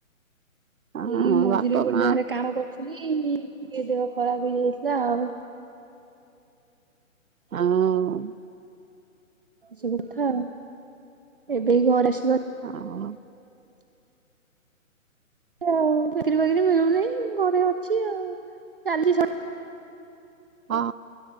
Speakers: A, on the right; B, on the right.
A: ହଁ
B: ଏଇ ମଝିରେ
A: ବାପା
B: ଗୋଟେ
A: ମା
B: ଜାଗାରେ କାମ କରୁଥିଲି ଟିକେ ଦେହ ଖରାପ ହେଇଯାଇଥିଲା ଆଉ
A: ଆଁ ଉଁ
B: ସୁବିଧା ଆଉ ଏବେ ଏଇ ଘରେ ଆସି ରହିଲି।
A: ହାଁ ଅଁ
B: ହଁ ଚାକିରି ବାକିରି ମିଳୁନେଇ ଘରେ ଅଛି ଆଉ ଚାଲିଛି
A: ହଁ